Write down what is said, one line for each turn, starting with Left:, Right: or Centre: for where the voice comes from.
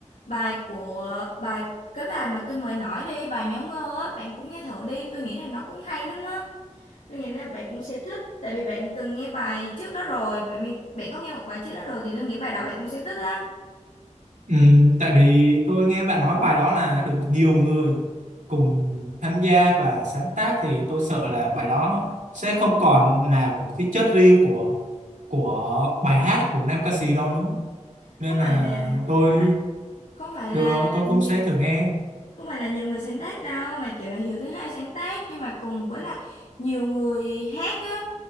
Left: bài của bài cái bài mà tôi mới nói đi, bài Nháo Ngơ á, bạn cũng nghe thử đi, tôi nghĩ là nó cũng hay lắm á. Tôi nghĩ là bạn cũng sẽ thích tại vì bạn từng nghe bài trước đó rồi, bạn, bạn có nghe một bài trước đó rồi thì tôi nghĩ bài đó bạn cũng sẽ thích lắm.
Right: Ừ, tại vì tôi nghe bạn nói bài đó là được nhiều người cùng tham gia và sáng tác thì tôi sợ là bài đó sẽ không còn là của cái chất riêng của của bài hát của nam ca sĩ đâu nữa nên
Left: Không
Right: là
Left: phải là
Right: tôi
Left: không phải không phải
Right: được
Left: là
Right: rồi tôi
Left: nhiều
Right: cũng sẽ thử nghe
Left: không phải là nhiều người sáng tác đâu mà kiểu là Hiếu thứ hai sáng tác nhưng mà cùng với lại nhiều người hát á